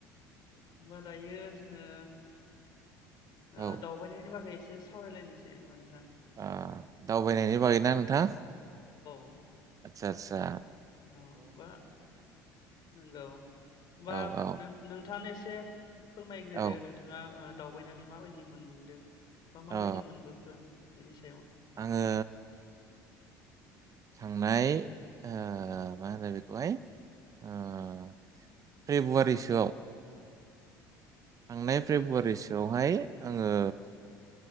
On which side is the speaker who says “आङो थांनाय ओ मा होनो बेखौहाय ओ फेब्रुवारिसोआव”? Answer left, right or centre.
Right